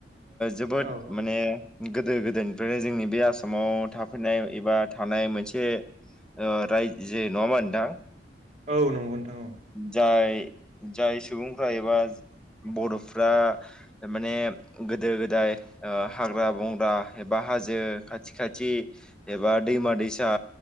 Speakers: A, in the centre; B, on the right (about 40°).
A: जोबोद
B: औ
A: माने गोदो गोदायनिफ्रायनो जोंनि बे आसामाव थाफैनाय एबा थानाय मोनसे रायजो जे नङा होनबा नोंथां
B: औ नंगौ नोंथां औ
A: जाय जाय सुबुंफ्रा एबा बर'फ्रा माने गोदो गोदाय हाग्रा बंग्रा एबा हाजो खाथि खाथि एबा दैमा दैसा